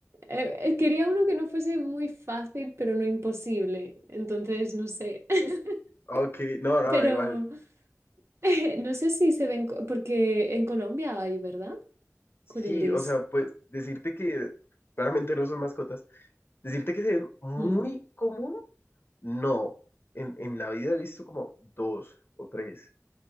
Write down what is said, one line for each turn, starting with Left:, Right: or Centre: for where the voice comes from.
Right: eh, eh, quería uno que no fuese muy fácil, pero no imposible. Entonces, no sé. <laughs>
Left: Ok, no, no,
Right: Pero
Left: igual.
Right: <laughs> no sé si se ven, co- porque en Colombia hay, ¿verdad?
Left: Sí,
Right: Colibrís.
Left: o sea, pues decirte que claramente no son mascotas, decirte que se ven muy
Right: Mm.
Left: común, no. En, en la vida he visto como dos o tres.